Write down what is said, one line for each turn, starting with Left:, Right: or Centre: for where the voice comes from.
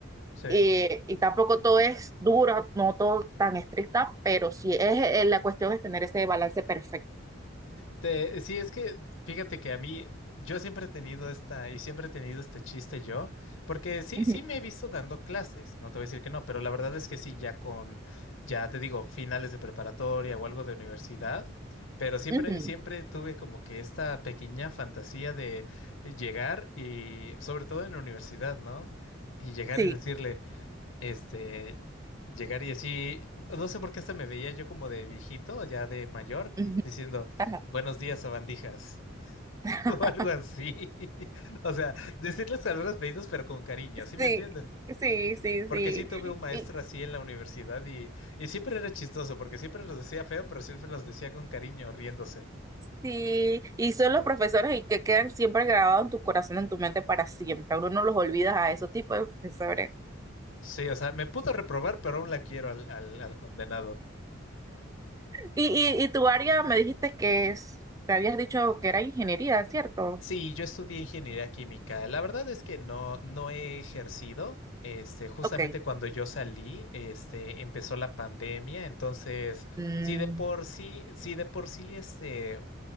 Left: Sí.
Right: eh, y tampoco todo es duro, no todo tan estricta, pero sí es eh, la cuestión es tener ese balance perfecto.
Left: Te- sí, es que fíjate que a mí, yo siempre he tenido esta, y siempre he tenido este chiste yo, porque sí,
Right: Ujú,
Left: sí me he visto dando clases, no te voy a decir que no, pero la verdad es que sí, ya con, ya te digo, finales de preparatoria o algo de universidad, pero siempre,
Right: ujú,
Left: siempre tuve como que esta pequeña fantasía de llegar y, sobre todo en la universidad, ¿no? Y llegar
Right: sí.
Left: y decirle, este, llegar y así, no sé por qué hasta me veía yo como de viejito, ya de mayor,
Right: ujú,
Left: diciendo,
Right: ajá.
Left: buenos días, sabandijas, <laughs>
Right: <laughs>
Left: o algo así. <laughs> O sea, decirles palabras pedidos, pero con cariño, ¿sí me
Right: Sí,
Left: entiendes?
Right: sí, sí,
Left: Porque
Right: sí.
Left: sí tuve un maestro
Right: Y,
Left: así en la universidad y, y siempre era chistoso, porque siempre los decía feo, pero siempre los decía con cariño, riéndose.
Right: Sí, y son los profesores y que quedan siempre grabados en tu corazón, en tu mente para siempre. Uno no los olvida a esos tipos de profesores.
Left: Sí, o sea, me pudo reprobar, pero aún la quiero al, al, al condenado.
Right: Y, y, y tu área me dijiste que es, te habías dicho que era ingeniería, ¿cierto?
Left: Sí, yo estudié ingeniería química. La verdad es que no, no he ejercido. Este, justamente
Right: Ok.
Left: cuando yo salí, este, empezó la pandemia. Entonces,
Right: Mm,
Left: sí de por sí, sí de por sí, este,